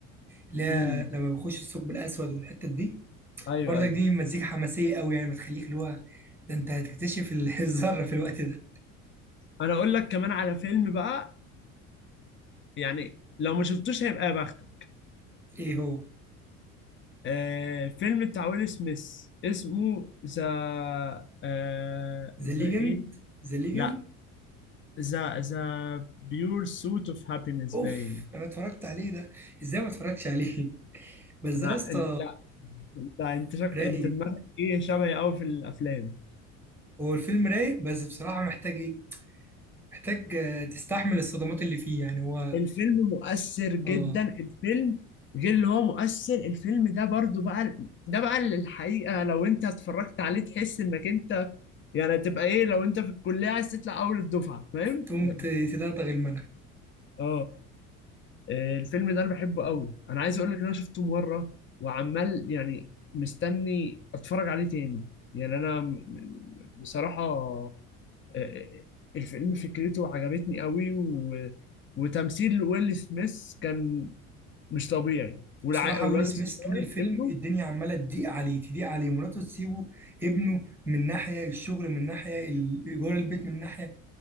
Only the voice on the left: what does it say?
امم
ايوه
ايوه
انا اقول لك كمان على فيلم بقى يعني لو ما شفتوش هيبقى يا بختك
آه فيلم بتاع ويل سميث اسمه ذا آه
ذا
ايه
لا ذا ذا بيور سوت اوف هابينس
باين
انا
لا انت انت شك...
انت دماغك ايه شبهي قوي في الافلام
الفيلم مؤثر جدا
الفيلم غير اللي هو مؤثر الفيلم ده برضو بقى ده بقى اللي الحقيقة لو انت اتفرجت عليه تحس انك انت يعني تبقى ايه لو انت في الكلية عايز تطلع اول الدفعة فاهم
يعني
اه آه، الفيلم ده انا بحبه قوي انا عايز اقول لك ان انا شفته مرة وعمال يعني مستني اتفرج عليه تاني يعني انا م- م- بصراحة آه، آه، الفيلم فكرته عجبتني قوي و... وتمثيل ويل سميث كان مش طبيعي والع...
والواد
الصغير
ابنه